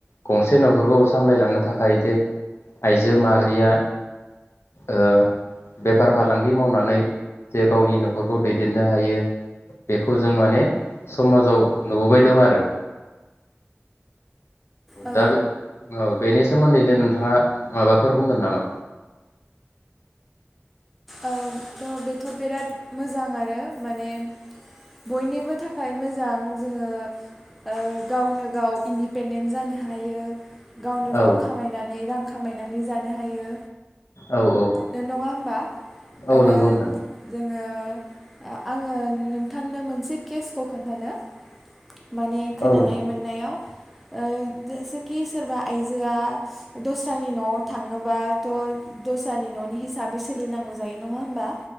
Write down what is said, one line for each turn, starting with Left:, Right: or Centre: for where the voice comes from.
Left: गंसे नखरखौ सामलायलांनो थाखाय जे आइजो माहारिया ओ बेफार फालांगि मावनानै जे गावनि नखरखौ दैदेननो हायो बेखौ जों माने समाजाव नुबोबाय दं आरो
Centre: औ
Left: दा बे औ बेनि सोमोन्दैनो नोंथाङा माबाफोर बुंगोन नामा
Centre: औ थ बेथ बिराद मोजां आरो माने बयनिबो थाखाय मोजां जोंङो ओ गावनो गाव इन्दिपेडेन्ट जानो हायो गावनो
Left: औ
Centre: गाव खामायनानै रां खामायनानै जानो हायो
Left: औ औ
Centre: नो नङा होमबा
Left: औ
Centre: आरो
Left: नंगौ नोंथां
Centre: आंङो आंङो नोंथांनो मोनसे केसखौ खोन्थानो माने खोनानाय
Left: औ
Centre: मोननायाव ओ जेसेखि सोरबा आइजोआ दस्रानि नआव थाङोबाथ दस्रानि ननि हिसाबै सोलिनांगौ जायो नङा होमबा